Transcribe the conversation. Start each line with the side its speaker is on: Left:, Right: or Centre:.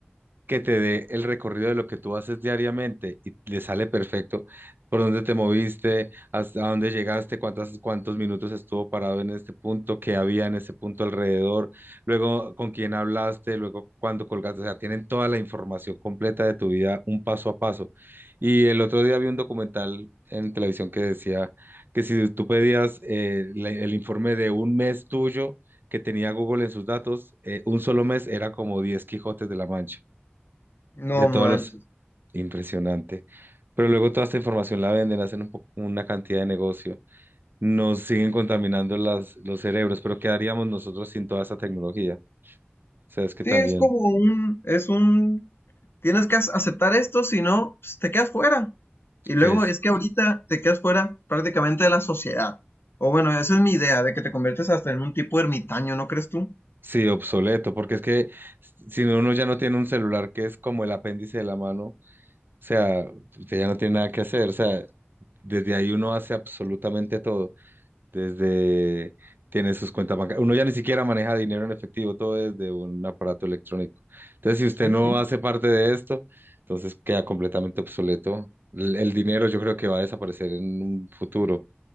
Right: que te dé el recorrido de lo que tú haces diariamente y le sale perfecto por dónde te moviste, hasta dónde llegaste, cuántas, cuántos minutos estuvo parado en este punto, qué había en ese punto alrededor, luego con quién hablaste, luego cuándo colgaste, o sea, tienen toda la información completa de tu vida, un paso a paso. Y el otro día vi un documental en televisión que decía que si tú pedías eh, la- el informe de un mes tuyo, que tenía Google en sus datos, eh, un solo mes era como 10 Quijotes de la Mancha.
Left: No
Right: De todos
Left: manches.
Right: los... Impresionante. Pero luego toda esta información la venden, hacen un po- una cantidad de negocio, nos siguen contaminando las, los cerebros, pero ¿qué haríamos nosotros sin toda esa tecnología? O sea, es que
Left: Sí,
Right: también
Left: es como un, es un, tienes que ac- aceptar esto, si no, pues, te quedas fuera. Y
Right: es,
Left: luego es que ahorita te quedas fuera prácticamente de la sociedad. O bueno, esa es mi idea, de que te conviertes hasta en un tipo ermitaño, ¿no crees tú?
Right: sí, obsoleto, porque es que si no, uno ya no tiene un celular que es como el apéndice de la mano, o sea, usted ya no tiene nada que hacer, o sea, desde ahí uno hace absolutamente todo. desde, tiene sus cuentas bancarias. Uno ya ni siquiera maneja dinero en efectivo, todo desde un aparato electrónico. Entonces, si usted
Left: Sí,
Right: no
Left: sí.
Right: hace parte de esto, entonces queda completamente obsoleto. El, el dinero yo creo que va a desaparecer en un futuro,